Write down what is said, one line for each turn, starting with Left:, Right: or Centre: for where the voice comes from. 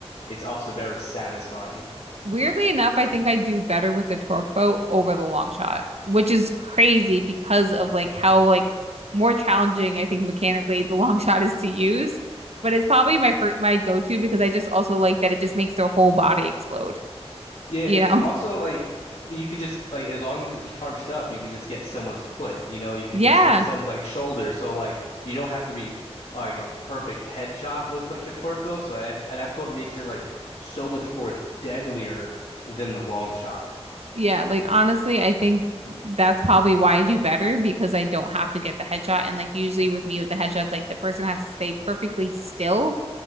Left: it's also very satisfying.
Right: Weirdly enough, I think I do better with the torque boat over the long shot, which is crazy because of like how like more challenging I think mechanically the long <laughs> shot is to use. But it's probably my fir- my go-to because I just also like that it just makes their whole body explode,
Left: Yeah,
Right: you
Left: it's
Right: know?
Left: also
Right: <laughs>
Left: like you could just like as long as it's charged up, you could just get someone's foot, you know, you could
Right: Yeah.
Left: just get someone's like shoulder. So like you don't have to be like a perfect headshot with like a torque bow. So that's and that's what makes it like so much more deadlier than the long shot.
Right: Yeah, like honestly, I think that's probably why I do better because I don't have to get the headshot. And like usually with me with the headshots, like the person has to stay perfectly still.